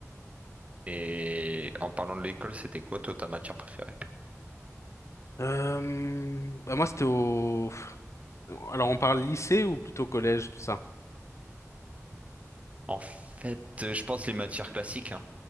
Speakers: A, on the right (about 25°); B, on the left (about 60°).
A: Et en parlant de l'école, c'était quoi, toi, ta matière préférée?
B: Euh, bah moi, c'était au. Alors, on parle lycée ou plutôt collège, tout ça?
A: En fait, euh, je pense les matières classiques, hein.